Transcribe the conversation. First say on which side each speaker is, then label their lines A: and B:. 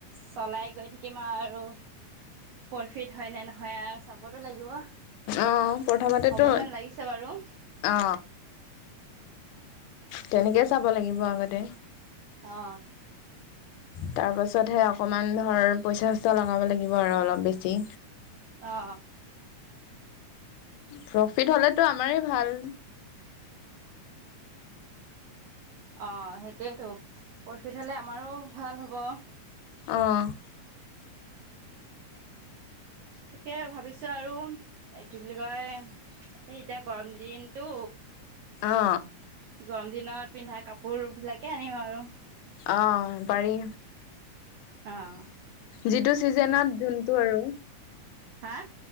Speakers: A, on the right; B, on the left.
A: চলাই গৈ থাকিম আৰু। প্ৰফিট হয় নে নহয় আৰু চাবতো লাগিব। হ'ব
B: অ প্ৰথমতেতো
A: যেন লাগিছে বাৰু!
B: অ তেনেকেই চাব লাগিব আগতে।
A: অ
B: তাৰ পাছতহে, অকমান ধৰ পইচা-চইচা লগাব লাগিব আৰু অলপ বেছি।
A: অ
B: প্ৰফিট হ'লেটো আমাৰে ভাল।
A: অ' সেইটোয়েইেতো প্ৰফিট হলে আমাৰো ভাল হ'ব।
B: অহ।
A: গতিকে ভাবিছো আৰু এ কি বুলি কয়। এতিয়া গৰম দিনটো
B: অ
A: গৰম দিনত পিন্ধা কাপোৰ বিলাকে আনিম আৰু।
B: অ' পাৰি।
A: অহ।
B: যিটো চিজনত যোনটো আৰু
A: হা।